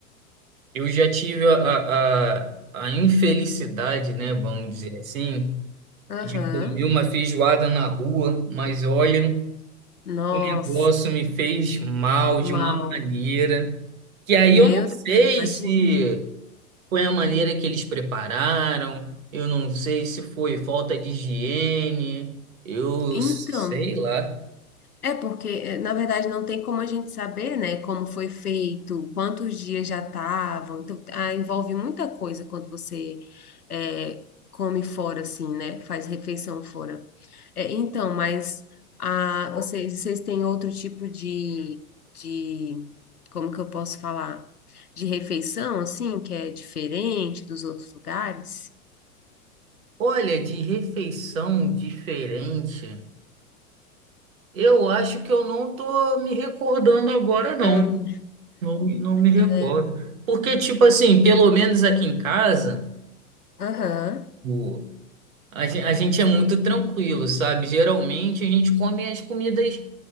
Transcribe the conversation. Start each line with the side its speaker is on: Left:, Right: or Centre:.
Right: eu já tive a, a, a infelicidade, né, vamos dizer assim,
Left: Aham.
Right: de comer uma feijoada na rua, mas olha,
Left: Nossa,
Right: o negócio me fez mal de
Left: mal.
Right: uma maneira que aí
Left: Meu
Right: eu não sei
Left: Deus, imagina.
Right: se foi a maneira que eles prepararam, eu não sei se foi falta de higiene, eu
Left: Então.
Right: sei lá.
Left: É porque, eh, na verdade, não tem como a gente saber, né, como foi feito, quantos dias já estavam. Então, ah, envolve muita coisa quando você eh, come fora, assim, né, faz refeição fora. Eh, então, mas ah, vocês, vocês têm outro tipo de, de, como que eu posso falar? De refeição, assim, que é diferente dos outros lugares?
Right: Olha, de refeição diferente, eu acho que eu não tô me recordando agora, não.
Left: Não.
Right: Não, me- não me recordo.
Left: né?
Right: Porque, tipo assim, pelo menos aqui em casa,
Left: Aham,
Right: o, a, gen- a gente é muito tranquilo, sabe? Geralmente a gente come as comidas